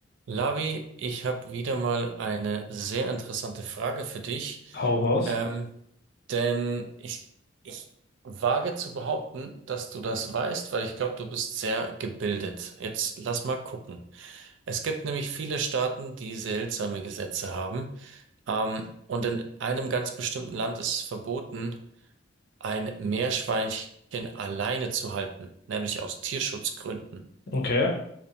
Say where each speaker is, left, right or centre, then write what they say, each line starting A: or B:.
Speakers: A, on the right; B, on the left.
A: Lavi, ich habe wieder mal eine sehr interessante Frage für dich,
B: Hau raus.
A: ähm, denn ich, ich wage zu behaupten, dass du das weißt, weil ich glaube, du bist sehr gebildet. Jetzt lass mal gucken. Es gibt nämlich viele Staaten, die seltsame Gesetze haben, ähm, und in einem ganz bestimmten Land ist es verboten, ein Meerschweinchen alleine zu halten, nämlich aus Tierschutzgründen.
B: Okay.